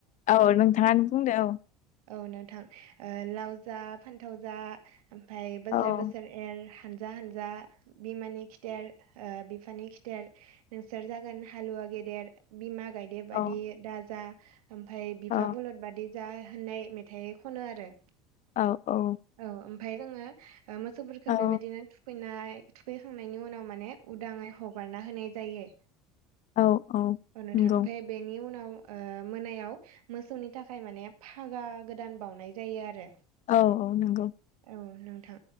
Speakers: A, on the left; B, on the right.
A: औ नोंथाङानो बुंदो औ।
B: औ नोंथां लाव जा फान्थाव जा ओमफाय बोसोर
A: औ
B: बोसोर ए एर हानजा हानजा बिमानि खिथेर बिफानि खिथेर। नोंसोर जागोन हालुवा गेदेर। बिमा गायदे
A: औ
B: बादि दा जा ओमफफ्राय बिफा
A: औ
B: बलद बादि जा होननाय मेथाइ खनो आरो।
A: औ औ।
B: औ ओमफफ्राय जोङो मोसौफोरखौ
A: औ
B: बेबादिनो थुखैनाय थुखैखांनायनि उनाव माने उदांङै हगारना होनाय जायो।
A: औ
B: औ नोंथां
A: नंगौ
B: बेनि उनाव मोनायाव मोसौनि थाखाय माने फागा गोदान बावनाय जायो आरो।
A: औ औ नंगौ।
B: औ नोंथां